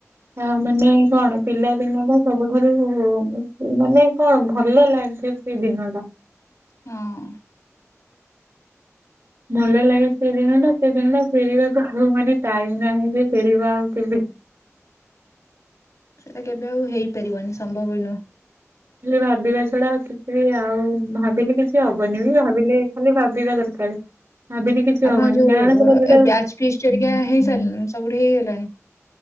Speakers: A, on the right (about 60°); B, on the left (about 80°).
A: ଆ ମାନେ କଣ ପିଲାଦିନଟା ସବୁଠାରୁ ମାନେ କଣ ଭଲ ଲାଗୁଛି ଦିନଟା
B: ହଁ।
A: ଭଲ ଲାଗେ ସେଦିନ ଟା ସେଦିନ ଟା ଫେରିବାକୁ ଆଉ ମାନେ ଟାଇମ ନାହିଁ ଯେ ଫେରିବା ଆଉ କେବେ
B: ସେଇଟା କେବେ ଆଉ ହେଇପାରିବନି ସମ୍ଭବ ନୁହଁ
A: ଖାଲି ଭାବିବା ଛଡା କିଛି ବି ଆଉ ଭାବିଲି କିଛି ହବନି ବି ଭାବିଲି ଖାଲି ଭାବିବା ଦରକାର ଭାବିଲି କିଛି
B: ଆପଣ
A: ହବନି
B: ଯୋଉ
A: କାରଣ ସେଟା ଯୋଉଟା
B: ଏ ବ୍ୟାଚ୍ ଫିଷ୍ଟ ହେରିକା ହୋଇସାରିଲାଣି ସବୁଠି ହେଇଗଲାଣି?